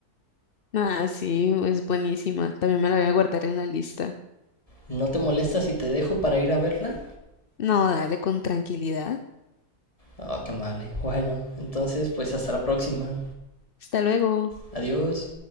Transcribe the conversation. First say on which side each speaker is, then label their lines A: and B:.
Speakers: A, on the left; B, on the left.
A: Ah, sí, es buenísima. También me la voy a guardar en la lista.
B: ¿No te molesta si te dejo para ir a verla?
A: No, dale con tranquilidad.
B: Oh, qué mal. ¿eh? Bueno, entonces pues hasta la próxima.
A: Hasta luego.
B: Adiós.